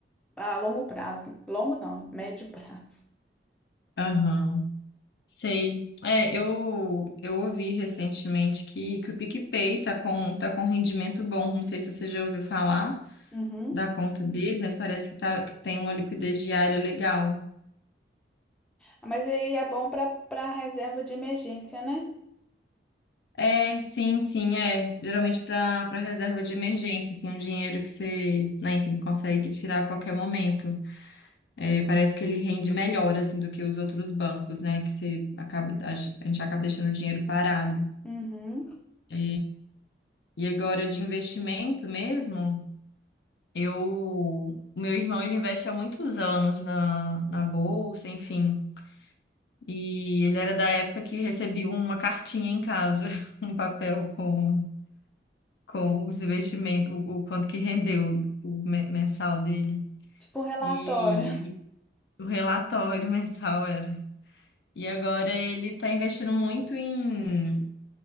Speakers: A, in the centre; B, on the left (about 75°).
A: a longo prazo. Longo não, médio prazo.
B: Aham. Sei. É, eu, eu ouvi recentemente que, que o PicPay tá com, tá com um rendimento bom. Não sei se você já ouviu falar
A: Uhum.
B: da conta deles, mas parece que, tá, que tem uma liquidez diária legal.
A: Mas aí é bom para para reserva de emergência, né?
B: É, sim, sim, é. Geralmente para para reserva de emergência, assim, um dinheiro que você, né, enfim, consegue tirar a qualquer momento. É, parece que ele rende melhor, assim, do que os outros bancos, né? Que você acaba, a gente acaba deixando o dinheiro parado.
A: Uhum.
B: É, e agora de investimento mesmo. Eu, o meu irmão, ele investe há muitos anos na, na bolsa, enfim. E ele era da época que recebia uma cartinha em casa, <laughs> um papel com, com os investimentos, o, o quanto que rendeu o me- mensal dele.
A: Tipo um relatório.
B: E,
A: <laughs>
B: o relatório <laughs> mensal era. E agora ele está investindo muito em,